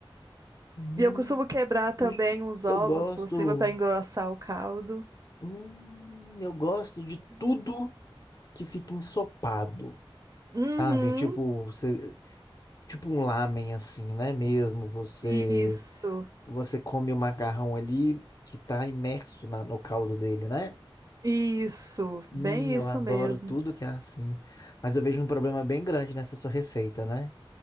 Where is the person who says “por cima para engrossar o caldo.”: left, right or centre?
Right